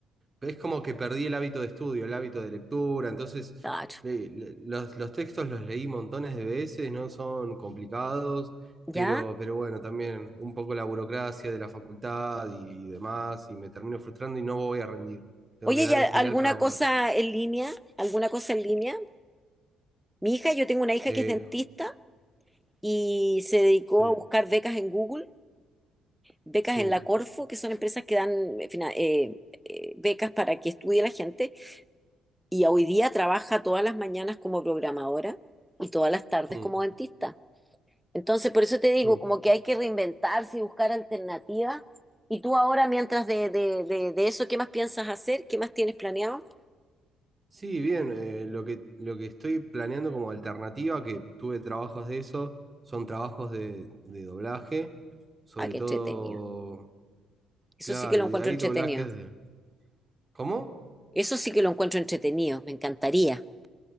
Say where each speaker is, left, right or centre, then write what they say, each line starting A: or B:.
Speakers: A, on the right; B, in the centre.
A: es como que perdí el hábito de estudio, el hábito de lectura, entonces
B: Claro,
A: le- le- los, los textos los leí montones de veces, no son complicados,
B: ¿ya?
A: pero, pero bueno, también un poco la burocracia de la facultad y, demás, y me termino frustrando y no voy a rendir. Tengo
B: Oye,
A: que dar
B: ¿y a-
A: un
B: alguna
A: final para, vol-
B: cosa en línea? ¿Alguna cosa en línea? Mi hija, yo tengo una hija
A: Eh,
B: que es dentista y se dedicó
A: sí,
B: a buscar becas en Google becas
A: sí.
B: en la Corfo, que son empresas que dan eh, fina- eh, eh, becas para que estudie la gente, y hoy día trabaja todas las mañanas como programadora y todas las tardes
A: mm,
B: como dentista. Entonces, por eso te digo,
A: mm.
B: como que hay que reinventarse y buscar alternativas. Y tú ahora, mientras de, de, de, de eso, ¿qué más piensas hacer? ¿Qué más tienes planeado?
A: Sí, bien, eh, lo que, lo que estoy planeando como alternativa, que tuve trabajos de eso, son trabajos de, de doblaje, sobre
B: Ah, qué
A: todo,
B: entretenido. Eso
A: claro,
B: sí que lo encuentro
A: y hay
B: entretenido.
A: doblajes de... ¿Cómo?
B: Eso sí que lo encuentro entretenido. Me encantaría.